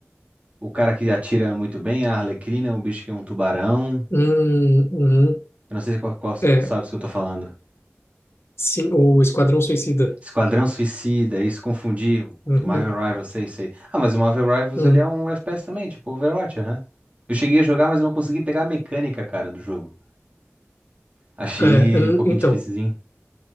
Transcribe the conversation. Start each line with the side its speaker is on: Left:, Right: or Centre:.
Right: O cara que atira muito bem, a Arlequina, o bicho que é um tubarão.
Left: uhum, uhum.
Right: Eu não sei qual, qual
Left: É,
Right: sabe o que eu tô falando.
Left: sim, o Esquadrão Suicida.
Right: Esquadrão Suicida, isso confundi.
Left: Uhum,
Right: Marvel Rivals, sei, sei. Ah, mas o Marvel Rivals
Left: uhum.
Right: ele é um FPS também, tipo Overwatch, aham. Eu cheguei a jogar, mas eu não consegui pegar a mecânica, cara, do jogo. Achei
Left: É, hum,
Right: um pouquinho
Left: então,
Right: difícil.